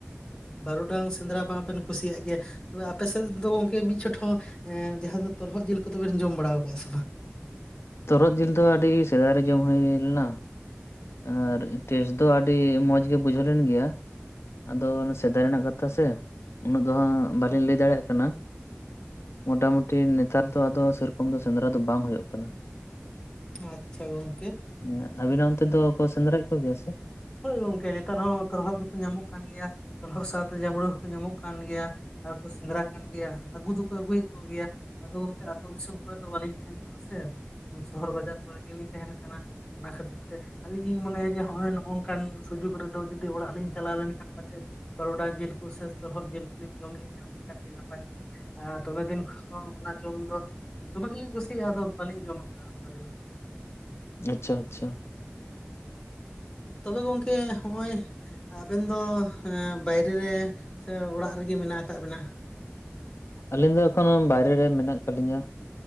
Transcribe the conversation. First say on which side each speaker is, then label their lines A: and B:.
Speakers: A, on the left; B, on the left.
A: ᱵᱟᱹᱨᱩᱰᱟᱝ ᱥᱮᱸᱫᱽᱨᱟ ᱵᱟᱝ ᱵᱮᱱ ᱠᱩᱥᱤᱭᱟᱜ ᱜᱮᱭᱟ᱾ ᱛᱚᱵᱮ ᱟᱯᱮ ᱥᱮᱫ ᱫᱚ ᱜᱚᱝᱠᱮ ᱢᱤᱫ ᱪᱷᱚᱴ ᱦᱚᱸ ᱮᱸ ᱡᱟᱦᱟᱸ ᱫᱚ ᱛᱚᱨᱦᱚᱫ ᱡᱤᱞ ᱠᱚᱫᱚ ᱵᱮᱱ ᱡᱚᱢ ᱵᱟᱲᱟ ᱠᱟᱫᱟᱜ ᱥᱮ ᱵᱟᱝ?
B: ᱛᱚᱨᱚᱫ ᱡᱤᱞ ᱫᱚ, ᱟᱹᱰᱤ ᱥᱮᱫᱟᱭ ᱨᱮ ᱡᱚᱢ ᱦᱩᱭ ᱞᱮᱱᱟ᱾ ᱟᱨ ᱴᱮᱥᱴ ᱫᱚ ᱟᱹᱰᱤ ᱢᱚᱸᱡᱽ ᱜᱮ ᱵᱩᱡᱷᱟᱹᱣ ᱞᱮᱱ ᱜᱮᱭᱟ᱾ ᱟᱫᱚ ᱥᱮᱫᱟᱭ ᱨᱮᱱᱟᱜ ᱠᱟᱛᱷᱟ ᱥᱮ, ᱩᱱᱟᱹᱜ ᱫᱚ ᱦᱟᱸᱜ ᱵᱟᱹᱞᱤᱧ ᱞᱟᱹᱭ ᱫᱟᱲᱮᱭᱟᱜ ᱠᱟᱱᱟ᱾ ᱢᱚᱴᱟ ᱢᱩᱴᱤ ᱱᱮᱛᱟᱨ ᱫᱚ ᱟᱫᱚ ᱥᱮᱨᱚᱠᱚᱢ ᱫᱚ ᱥᱮᱸᱫᱽᱨᱟ ᱫᱚ ᱵᱟᱝ ᱦᱳᱭᱳᱜ ᱠᱟᱱᱟ᱾
A: ᱟᱪᱪᱷᱟ ᱜᱚᱝᱠᱮ᱾
B: ᱦᱮᱸ ᱟᱵᱤᱱᱟᱜ ᱚᱱᱛᱮ ᱫᱚᱠᱚ ᱥᱮᱸᱫᱽᱨᱟᱭᱮᱜ ᱠᱚᱜᱮᱭᱟ ᱥᱮ?
A: ᱦᱳᱭ ᱜᱚᱝᱠᱮ ᱱᱮᱛᱟᱨ ᱦᱚᱸ ᱛᱚᱨᱚᱦᱚᱫ ᱫᱚᱠᱚ ᱧᱟᱢᱚᱜ ᱠᱟᱱ ᱜᱮᱭᱟ ᱛᱚᱨᱚᱦᱚᱫ ᱥᱟᱶᱛᱮ ᱡᱟᱢᱵᱽᱲᱩ ᱦᱚᱸᱠᱚ ᱧᱟᱢᱚᱜ ᱠᱟᱱ ᱜᱮᱭᱟ ᱟᱨ ᱠᱚ ᱥᱮᱸᱫᱽᱨᱟ ᱠᱟᱱ ᱜᱮᱭᱟ ᱟᱹᱜᱩ ᱫᱚᱠᱚ ᱟᱹᱜᱩᱭᱮᱫ ᱠᱚᱜᱮᱭᱟ᱾ ᱟᱫᱚ ᱜᱚᱝᱠᱮ ᱟᱛᱳ ᱫᱤᱥᱚᱢ ᱠᱚᱨᱮ ᱫᱚ ᱵᱟᱹᱞᱤᱧ ᱛᱟᱦᱮᱱ ᱠᱟᱱᱟ ᱥᱮ᱾ ᱥᱚᱦᱚᱨ ᱵᱟᱡᱟᱨ ᱠᱚᱨᱮ ᱜᱮᱞᱤᱧ ᱛᱟᱦᱮᱱ ᱠᱟᱱᱟ ᱚᱱᱟ ᱠᱷᱟᱹᱛᱤᱨ ᱛᱮ ᱟᱞᱤᱧ ᱞᱤᱧ ᱢᱚᱱᱮᱭᱟ ᱡᱮ ᱱᱚᱜᱼᱚᱭ ᱱᱚᱝ ᱚᱱᱠᱟᱱ ᱥᱩᱡᱳᱜ ᱨᱮᱫᱚ ᱡᱩᱫᱤ ᱚᱲᱟᱜ ᱞᱤᱧ ᱪᱟᱞᱟᱣ ᱞᱮᱱᱠᱷᱟᱱ ᱯᱟᱪᱮᱫ ᱵᱟᱨᱩᱰᱟᱝ ᱡᱤᱞ ᱠᱚ ᱥᱮ ᱛᱚᱨᱚᱫ ᱡᱤᱞ ᱠᱚᱞᱤᱧ ᱡᱚᱢ ᱞᱤᱧ ᱧᱟᱢ ᱞᱮᱠᱷᱟᱱᱡ ᱟᱹᱰᱤ ᱱᱟᱯᱟᱭᱚᱜᱼᱟ᱾ ᱟᱨ ᱫᱚᱢᱮ ᱫᱤᱱ ᱠᱷᱚᱱ ᱚᱱᱟ ᱡᱚᱢ ᱫᱚ ᱫᱚᱢᱮ ᱜᱮᱞᱤᱧ ᱠᱩᱥᱤᱭᱟᱜᱼᱟ ᱟᱫᱚ ᱵᱟᱞᱤᱧ ᱡᱚᱢ ᱠᱟᱜᱼᱟ ᱚᱝᱠᱟ ᱫᱚ ᱞᱟᱹᱭ ᱞᱮᱠᱷᱟᱱ
B: ᱟᱪᱪᱷᱟ ᱟᱪᱪᱷᱟ
A: ᱛᱚᱵᱮ ᱜᱚᱢᱠᱮ ᱦᱚᱜᱼᱚᱭ ᱟᱵᱮᱱ ᱫᱚ ᱵᱟᱭᱨᱮ ᱨᱮ ᱥᱮ ᱚᱲᱟᱜ ᱨᱮᱜᱮ ᱢᱮᱱᱟᱜ ᱟᱠᱟᱫ ᱵᱮᱱᱟ᱾
B: ᱟᱹᱞᱤᱧ ᱫᱚ ᱮᱠᱷᱚᱱᱳ ᱵᱟᱭᱨᱮ ᱨᱮ ᱢᱮᱱᱟᱜ ᱟᱠᱟᱫ ᱞᱤᱧᱟᱹ